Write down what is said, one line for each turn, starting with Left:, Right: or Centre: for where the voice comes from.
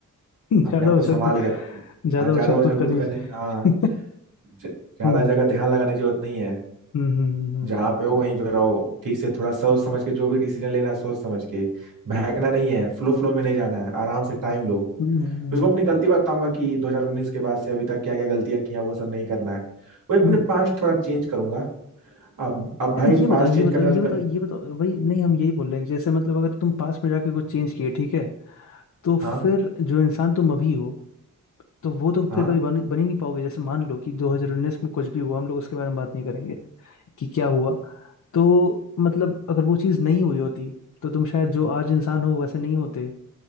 Left: <laughs>
Right: अपने
Left: ज्यादा
Right: आप को
Left: उछल
Right: संभाल
Left: कूद
Right: के रखो
Left: ज्यादा
Right: हाँ ज्यादा
Left: उछल
Right: उछल
Left: कूद
Right: कूद
Left: करनी
Right: करने
Left: चाहिए
Right: हाँ ज- ज्यादा
Left: हम्म
Right: जगह ध्यान लगाने की जरूरत नहीं है
Left: हम्म हम्म हम्म
Right: जहाँ पे हो वहीं पे रहो ठीक से थोड़ा सोच समझ के जो भी डिसीजन लेना है सोच समझ के बहकना नहीं है फ्लो फ्लो में नहीं जाना है आराम से टाइम लो
Left: हम्म, हम्म, हम्म। हम्म, हम्म,
Right: उसको
Left: हम्म,
Right: अपनी गलती बताऊंगा कि 2019 के बाद से अभी तक क्या क्या गलतियां की हैं वो सब नहीं करना है वही अपने
Left: हम्म।
Right: पास्ट थोड़ा चेंज करूंगा अब अब
Left: यार
Right: भाई
Left: ये बताओ
Right: पास्ट
Left: ये
Right: चेंज
Left: बताओ
Right: करने
Left: ये
Right: के
Left: बताओ
Right: बाद कर...
Left: ये बताओ भाई नहीं हम यही बोल रहे हैं कि जैसे मतलब अगर तुम पास्ट में जाके कुछ चेंज किए ठीक है तो
Right: हाँ
Left: फिर जो इंसान तुम अभी हो तो वो तो
Right: हाँ
Left: फिर कभी बन, बन ही नहीं पाओगे जैसे मान लो कि 2019 में कुछ भी हुआ हम लोग उसके बारे में बात नहीं करेंगे कि क्या हुआ तो मतलब अगर वो चीज़ नहीं हुई होती तो तुम शायद जो आज इंसान हो वैसे नहीं होते